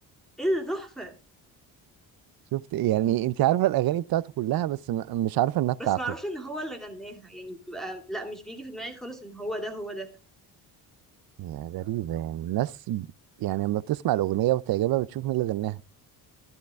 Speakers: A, in the centre; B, on the right.
A: ايه ده تحفة
B: شفت يعني انت عارفه الاغاني بتاعته كلها بس م... مش عارفه انها بتاعته
A: بس ما اعرفش ان هو اللي غناها يعني بيبقى لا مش بيجي في دماغي خالص ان هو ده هو ده
B: يعني غريبة يعني الناس ب- يعني لما بتسمع الأغنية وتعجبها بتشوف مين اللي غناها